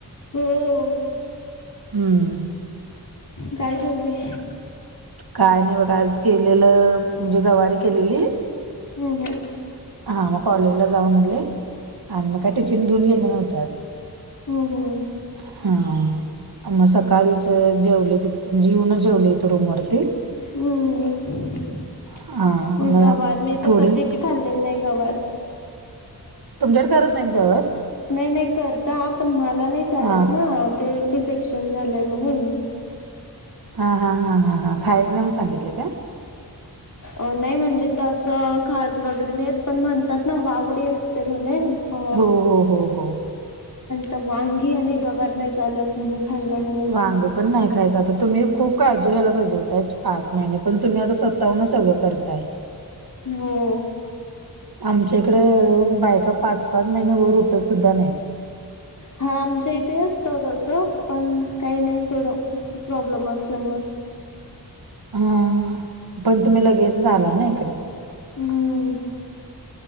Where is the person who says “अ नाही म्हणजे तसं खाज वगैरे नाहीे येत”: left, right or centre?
Left